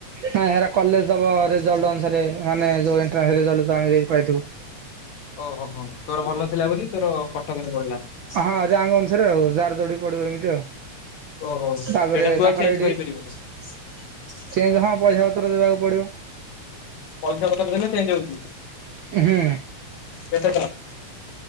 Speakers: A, on the right; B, on the left.
A: ହଁ ହେରା କଲେଜ ତମ ରେଜଲ୍ଟ ଅନୁସାରେ ମାନେ ଜଉ ଏଣ୍ଟ୍ରାନ୍ସ ରେଜଲ୍ଟ <unintelligible> ପାଇଥିବ।
B: ଓ ହୋ ହୋ ତୋର ଭଲ ଥିଲା ବୋଲି ତୋର କଟକ ରେ ପଢିଲା।
A: ହଁ ଜାଙ୍ଗ ଅନୁସାରେ ଆଉ ଜାର ଯୋଉଠି ପଡିବ ଏମିତି ଆଉ।
B: ଓହୋ
A: ତାପରେ
B: ସେଇଟା ତୁ
A: ତାଙ୍କର
B: ଆଉ ଚେଞ୍ଜ
A: ଏଠି
B: କରିପାରିବୁନୁ।
A: ଚେଁଚ ହଁ ପଇସା ପତ୍ର କରିବାକୁ ପଡିବ।
B: ପଇସା ପତ୍ର ଦେଲେ <unintelligible> ହଉଛି।
A: ହୁଁ।
B: କେତେ ଟଙ୍କା